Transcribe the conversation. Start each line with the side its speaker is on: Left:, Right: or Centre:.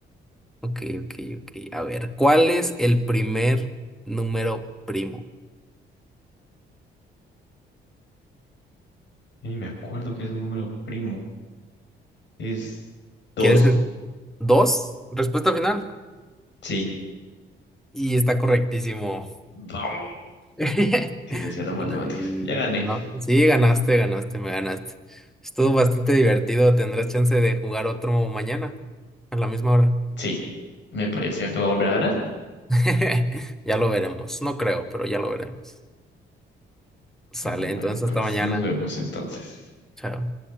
Centre: Ok, ok, ok. A ver, ¿cuál es el primer número primo?
Left: Y me acuerdo que es un número primo. Es dos.
Centre: ¿Quieres? que Dos, respuesta final.
Left: Sí.
Centre: Y está correctísimo.
Left: Vamos.
Centre: <laughs>
Left: Sí, le decía las
Centre: Bueno,
Left: matemáticas.
Centre: ahí.
Left: Ya gané.
Centre: No, sí, ganaste, ganaste, me ganaste. Estuvo bastante divertido. Tendrás chance de jugar otro mañana a la misma hora.
Left: Sí, me parece. que ¿Te voy a volver a ganar?
Centre: <laughs> Ya lo veremos. No creo, pero ya lo veremos. Sale,
Left: Bueno,
Centre: entonces hasta
Left: pues
Centre: mañana.
Left: nos vemos entonces.
Centre: Chao.